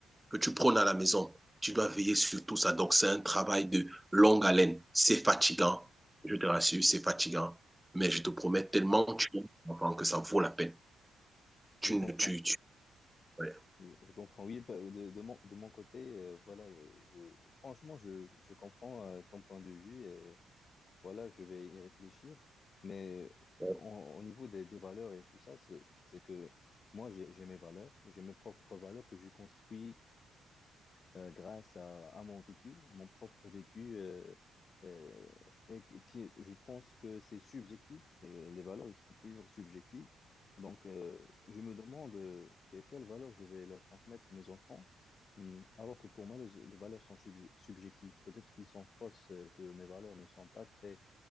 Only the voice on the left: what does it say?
mhm.
Je comprends.
Je, je comprends. Oui, pa- de, de mon, de mon côté, euh, voilà, je, je- franchement, je, je comprends euh, ton point de vue et voilà, je vais y réfléchir. Mais
euh, en- au niveau des, des valeurs et tout ça, c'est, c'est que moi, j'ai j'ai mes valeurs, j'ai mes propres valeurs que j'ai construites euh, grâce à, à mon vécu, mon propre vécu, euh, euh, et qui, je pense que c'est subjectif. Euh, les valeurs, ils sont toujours subjectives. Donc, euh, je me demande euh, que- quelles valeurs je vais leur transmettre à mes enfants, Hum, alors que pour moi, les, les valeurs sont sub- subjectives. Peut-être qu'ils sont fausses, euh, que mes valeurs ne sont pas très